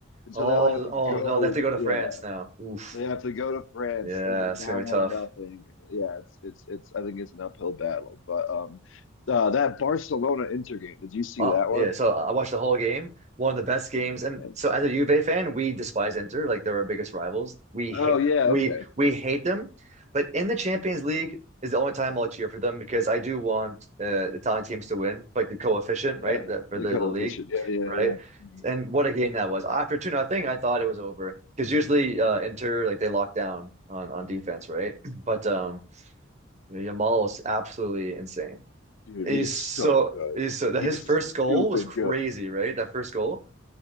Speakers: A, on the left; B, on the right.
A: and
B: Oh,
A: so now they have to
B: oh
A: go.
B: no, they have to go to
A: Yeah,
B: France now. Oof.
A: they have to go to France,
B: Yeah,
A: and they're down
B: it's gonna be tough.
A: one nothing. Yeah, it's it's it's. I think it's an uphill battle, but um, uh, that Barcelona Inter game. Did you see
B: Uh,
A: that one?
B: yeah, so I watched the whole game, one of the best games.
A: Mhm.
B: And so as a Juve fan, we despise Inter, like they're our biggest rivals. We hate
A: Oh yeah,
B: we
A: okay,
B: we hate them. But in the Champions League is the only time I'll cheer for them because I do want uh, Italian teams to win, like the coefficient,
A: yeah,
B: right? That for
A: the
B: the,
A: coefficient.
B: the league,
A: Yeah, yeah,
B: right?
A: yeah. Mm-hmm.
B: And what a game that was. After 2 nothing, I thought it was over. Because usually uh, Inter like they lock down on on defense, right? <clears throat> But um Yamal was absolutely insane.
A: Dude,
B: He's
A: he's
B: so
A: so good.
B: he's so that
A: He
B: his
A: is
B: first goal
A: stupid
B: was crazy,
A: good.
B: right? That first goal,